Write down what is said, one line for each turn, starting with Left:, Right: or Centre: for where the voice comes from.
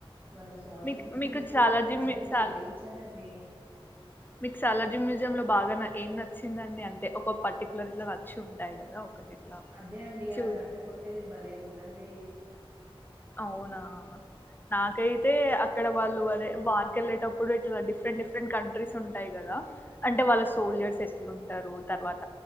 Right: వాళ్ళ సోషల్
Left: మీకు
Right: బుక్
Left: మీకు
Right: తీసుకెళ్ళలి
Left: సాలార్జీ
Right: అని
Left: సాల
Right: చూయించానండి
Left: మీకు సాలార్జీ మ్యూజియం లో బాగా ఏం నచ్చిందండి అంటే ఒక పర్టికులర్ ఇట్లా నచ్చి ఉంటాయి కదా ఒకటి ఇట్లా
Right: అదే అండి
Left: చూ
Right: ఆ గంట కొట్టేది బలే ఉందండి
Left: అవునా నాకైతే అక్కడ వాళ్ళు అదే వార్ వెళ్ళేటప్పుడు ఇట్లా డిఫరెంట్ డిఫరెంట్ కంట్రీస్ ఉంటాయి కదా అంటే వాళ్ళ సోల్జర్స్ ఎట్లు ఉంటారు తర్వాత